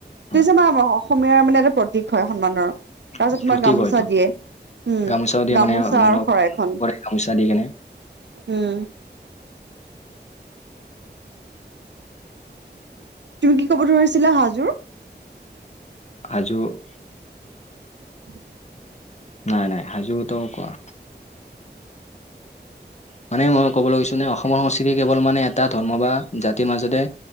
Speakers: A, on the left; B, on the right.
A: হয়
B: ত যোৰ অসম - <unintelligible> মানে এটা প্ৰতীক হয় সন্মানৰ তাৰপাছত
A: অ,
B: তোমাৰ
A: প্ৰতীক
B: গামোচা
A: হয় এইটো
B: দিয়ে- উম
A: গামোচাও দিয়ে
B: গামোচা
A: মানে মানুহক
B: আৰু শৰাইখন।
A: কৰে গামোচা দি কেনে
B: উম - তুমি কি কব ধৰিছিলা হাজোৰ?
A: আযোগ-
B: উম-
A: নাই নাই হাজোটো কোৱা? মানে মই ক'বলৈ গৈছো নে অসমৰ সংস্কৃতি কেৱল মানে এটা ধৰ্ম বা জাতিৰ মাজতে